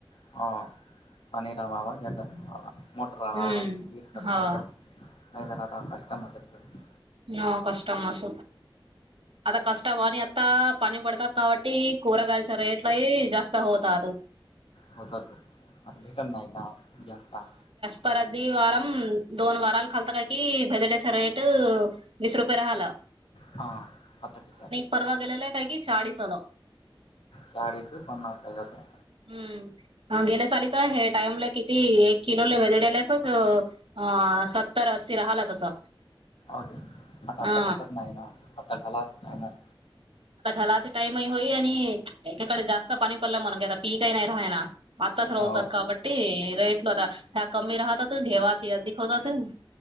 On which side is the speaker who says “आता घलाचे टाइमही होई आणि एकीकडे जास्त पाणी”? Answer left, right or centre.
Right